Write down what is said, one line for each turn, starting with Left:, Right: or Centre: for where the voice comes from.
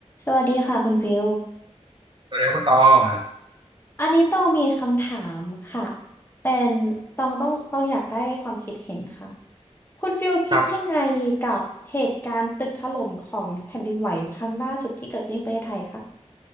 Left: สวัสดีค่ะคุณฟิล
Right: สวัสดีครับคุณตอง
Left: อันนี้ต้องมีคำถามค่ะ เป็นต้องต้องต้องอยากได้ความคิดเห็นค่ะ คุณฟิลคิดยังไงกับเหตุการณ์ตึกถล่มของแผ่นดินไหวครั้งล่าสุดที่เกิดขึ้นในประเทศไทยคะ
Right: ครับ